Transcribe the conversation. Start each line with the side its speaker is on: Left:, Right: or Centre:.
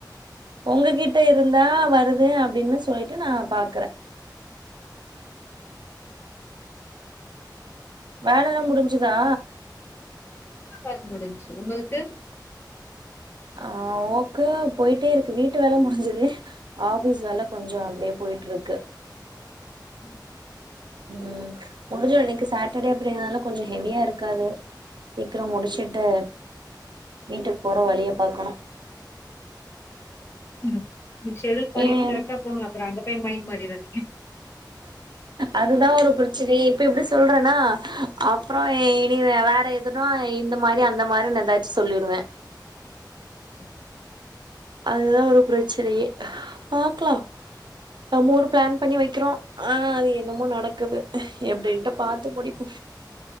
Right: ஒங்ககிட்ட இருந்தா வருது அப்டின்னு சொல்லிட்டு நா பாக்குறே வேலல்லா முடிஞ்சுதா
Left: அ ஒர்க் முடின்ச்சு உங்கள்க்கு
Right: ஆ ஓக்கு போயிட்டே இருக்கு வீட்டு வேல முடிஞ்சுது ஆஃபீஸ் வேல கொஞ்சொ அப்டியே போயிட்ருக்கு
Left: ம்
Right: ம் முடிஞ்சுரு இன்னைக்கு சாட்டர்டே அப்டிங்றனால கொஞ்சொ ஹெவியா இருக்காது சீக்ரொ முடிச்சுட்டு வீட்டுக்கு போற வழிய பாக்கணு
Left: ம் நீங் ஷெட்யூல் பண்ணிட்
Right: ஏன்
Left: கரெக்டா போங்க அப்றோ அங்க டைம் மையிண்ட் மாரிறாதிங்க
Right: அதுதா ஒரு பிரச்சனையே இப்ப இப்டி சொல்றேனா அப்றோ இனி வெ வேற எ துனா இந்த மாரி அந்த மாரினு ஏதாச்சு சொல்லிருவே
Left: ம்
Right: அதுதா ஒரு பிரச்சனையே பாக்லா நம்ம ஒரு ப்ளான் பண்ணி வைக்கிறோ ஆனா அது என்னமோ நடக்குது எப்டின்ட்டு பாத்து முடிப்போ